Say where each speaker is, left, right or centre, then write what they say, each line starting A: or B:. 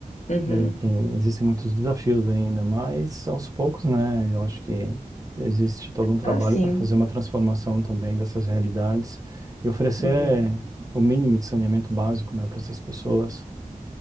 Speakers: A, on the left (about 55°); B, on the right (about 25°).
A: Uhum.
B: É, tem, existem muitos desafios ainda, mas aos poucos, né? Eu acho que existe todo um trabalho
A: Ah, sim.
B: para fazer uma transformação também dessas realidades e oferecer
A: Uhum.
B: o mínimo de saneamento básico, né, para essas pessoas.